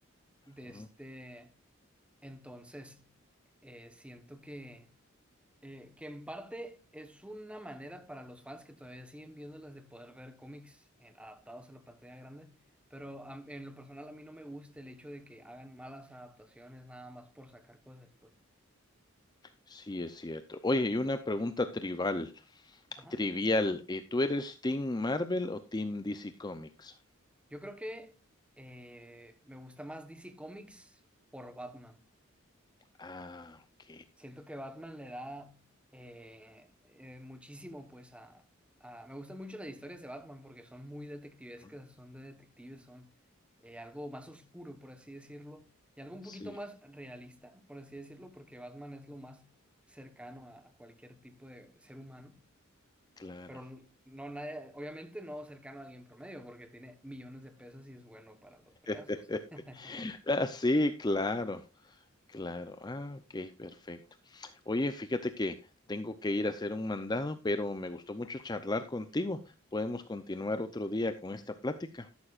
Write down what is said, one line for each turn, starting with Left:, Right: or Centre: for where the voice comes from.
Centre: De
Left: Ujú.
Centre: este, entonces, eh, siento que Eh, que en parte es una manera para los fans que todavía siguen viéndolas de poder ver cómics eh, adaptados a la pantalla grande, pero a- en lo personal a mí no me gusta el hecho de que hagan malas adaptaciones nada más por sacar cosas, pues.
Left: Sí, es cierto. Oye, y una pregunta trivial,
Centre: Ajá.
Left: trivial. eh, ¿tú eres Team Marvel o Team DC Comics?
Centre: Yo creo que eh, me gusta más DC Comics por Batman.
Left: Ah, ok.
Centre: Siento que Batman le da eh, eh, muchísimo, pues, a, a- Me gustan mucho las historias de Batman porque son muy detectivescas,
Left: Ujú.
Centre: son de detectives, son eh, algo más oscuro, por así decirlo, y algo un poquito
Left: Sí,
Centre: más realista, por así decirlo, porque Batman es lo más cercano a cualquier tipo de ser humano,
Left: claro.
Centre: pero n- no, nadie, obviamente no cercano a alguien promedio porque tiene millones de pesos y es bueno para los fregazos.
Left: <laughs>
Centre: <laughs>
Left: Ah, sí, claro, claro. Ah, ok, perfecto. Oye, fíjate que tengo que ir a hacer un mandado, pero me gustó mucho charlar contigo. Podemos continuar otro día con esta plática.